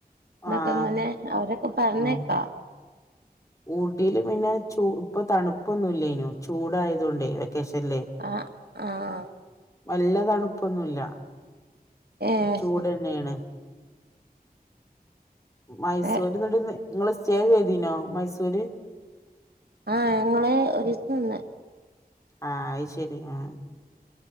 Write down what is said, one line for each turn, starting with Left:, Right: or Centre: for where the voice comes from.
Right: ഇതൊക്കെ
Left: ആഹ്
Right: അങ്ങനെ അവരൊക്കെ പറഞ്ഞേക്കാ
Left: ആഹ് ഊട്ടിയില് പിന്നെ ഇപ്പൊ തണുപ്പൊന്നുല്ലേനു ചൂടായതൊണ്ടേ ക്കേഷൻലേ
Right: ആഹ് ആഹ്
Left: വല്യ തണുപ്പൊന്നുല്ല
Right: ഏഹ്
Left: ചൂട് തന്നെയേനു മൈസൂർന്ന്
Right: ഏഹ്
Left: ട്ന്ന് സ്റ്റേ ചെയ്തീനോ മൈസൂര്
Right: ആ ഞങ്ങള് ഒരീസം നിന്ന്
Left: ആ അയ്ശെരി ആ